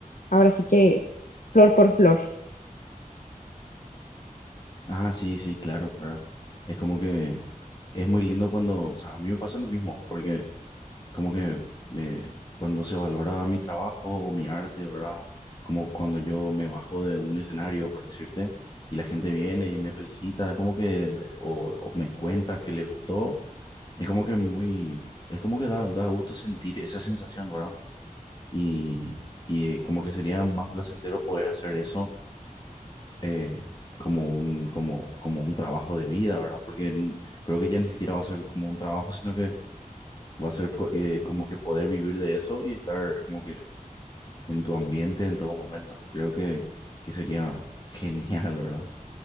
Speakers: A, on the left (about 70°); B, on the left (about 30°).
A: ahora sí que flor por flor.
B: Ah, sí, sí, claro, claro. Es como que es muy lindo cuando, o sea, a mí me pasa lo mismo, porque Es Como que me, cuando se valora mi trabajo o mi arte, ¿verdad? Como cuando yo me bajo de un escenario, por decirte, y la gente viene y me felicita, es como que, o, o me cuenta que le gustó, es como que muy, es como que da, da gusto sentir esa sensación, ¿verdad? Y, y eh, como que sería más placentero poder hacer eso eh, como un, como, como un trabajo de vida, ¿verdad? Porque n- creo que ya ni siquiera va a ser como un trabajo, sino que Va a ser co- eh, como que poder vivir de eso y estar como que en tu ambiente en todo momento. Creo que, que sería <laughs> genial, ¿verdad?